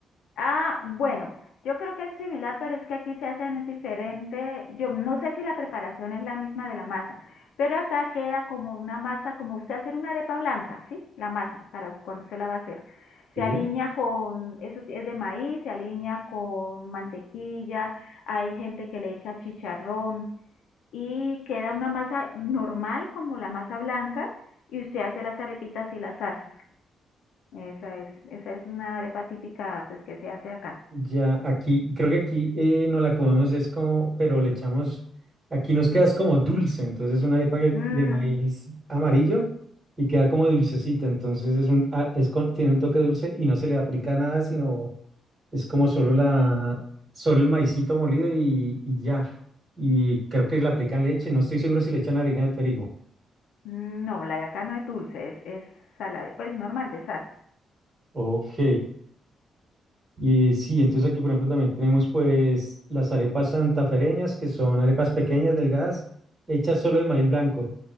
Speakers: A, on the left; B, on the right.
A: Ah, bueno, yo creo que es similar, pero es que aquí se hacen es diferente. Yo no sé si la preparación es la misma de la masa, pero acá queda como una masa, como usted hacer una arepa blanca, ¿sí? La masa, para cuando se la va a hacer.
B: Sí.
A: Se alinea con, eso sí, es de maíz, se alinea con mantequilla, hay gente que le echa chicharrón, y queda una masa normal como la masa blanca y usted hace las arepitas y las asa. Esa es, esa es una arepa típica pues que se hace acá.
B: Ya, aquí, creo que aquí eh, no la comemos, es como, pero le echamos, aquí nos queda es como dulce, entonces es una arepa que-
A: Mm,
B: de maíz amarillo y queda como dulcecita, entonces es un, ah, es con- tiene un toque dulce y no se le aplica nada, sino es como solo la, solo el maicito molido y, y ya, y creo que le aplican leche, no estoy seguro si le echan harina de trigo.
A: mm, no, la de acá no es dulce, es, es salada, pues normal de sal.
B: Ok. Y sí, entonces aquí, por ejemplo, también tenemos pues las arepas santafereñas, que son arepas pequeñas, delgadas, hechas solo de maíz blanco.